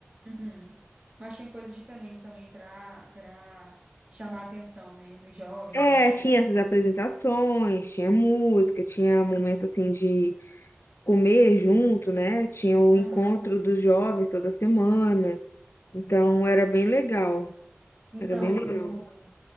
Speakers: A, on the right; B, on the left.
A: Uhum. Mas tinha coisas diferentes também para para chamar a atenção, né, dos jovens.
B: É,
A: né, do-
B: tinha essas apresentações, tinha música, tinha momento assim de comer junto, né? Tinha o
A: Aham.
B: encontro dos jovens toda semana. Então era bem legal,
A: Então,
B: era bem legal.
A: no,